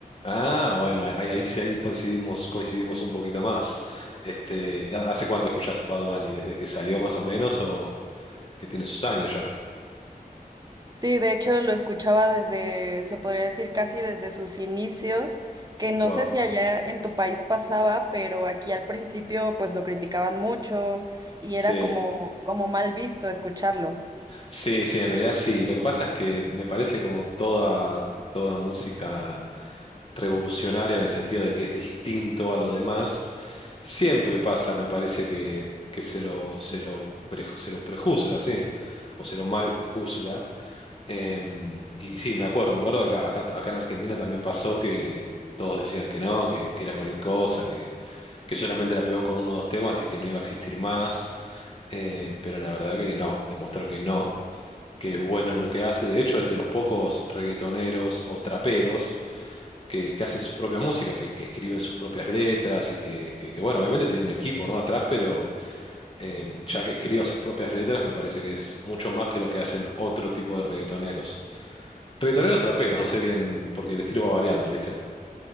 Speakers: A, on the left; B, on the right.
A: Ah, bueno, ahí, ahí sí ahí coincidimos, coincidimos un poquito más. Este, ¿hace cuánto escuchas Bad Bunny? ¿Desde que salió más o menos o que tiene sus años ya?
B: Sí, de hecho lo escuchaba desde, se podría decir casi desde sus inicios, que no
A: Wow.
B: sé si allá en tu país pasaba, pero aquí al principio pues lo criticaban mucho y
A: Sí,
B: era como, como mal visto escucharlo.
A: sí, sí, en realidad sí. Lo que pasa es que me parece como toda, toda música revolucionaria en el sentido de que es distinto a lo demás, siempre pasa, me parece que, que se lo, se lo, pre- se lo prejuzga, sí, o se lo mal juzga Em, y sí, me acuerdo, me acuerdo que acá, acá, acá en Argentina también pasó que todos decían que no, que, que era cualquier cosa, que, que solamente la pegó con uno o dos temas y que no iba a existir más. Em, pero la verdad que no, demostró que no, que es bueno en lo que hace. De hecho, es de los pocos reggaetoneros o traperos que, que hacen su propia música, que, que escriben sus propias letras y que, que, que, bueno, obviamente tienen un equipo, ¿no? atrás, pero eh, ya que escriba sus propias letras, me parece que es mucho más que lo que hacen otro tipo de reggaetoneros. Reggaetoneros traperos, no sé bien, porque el estilo va variando, ¿viste?